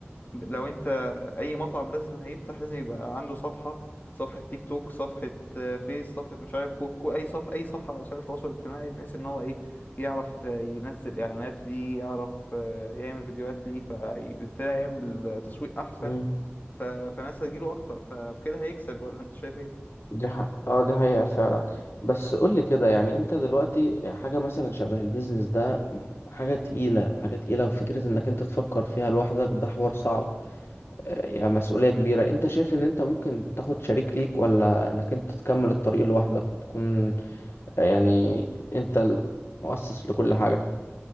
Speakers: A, on the left (about 40°); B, on the left (about 65°).
A: لو انت اي مطعم لازم هيفتح لازم يبقى عنده صفحة صفحة تيك توك صفحة آه، فيس صفحة مش عارف كوكو اي صفحة اي صفحة على وسائل التواصل الاجتماعي بحيث ان هو ايه يعرف آه، ينزل اعلانات ليه يعرف آه، يعمل فيديوهات ليه فبالتالي يعمل تسويق احسن
B: مم.
A: ف... فناس هتجيله اكتر فبكده هيكسب ولا انت شايف ايه
B: دي ح... اه دي حقيقة فعلا بس قولي كده يعني انت دلوقتي حاجة مثلا شبه البيزنس ده م- حاجة تقيلة حاجة تقيلة وفكرة انك انت تفكر فيها لوحدك ده حوار صعب آه، يعني مسؤولية كبيرة انت شايف ان انت ممكن تاخد شريك ليك ولا انك انت تكمل الطريق لوحدك وتكون آه، يعني انت المؤسس لكل حاجة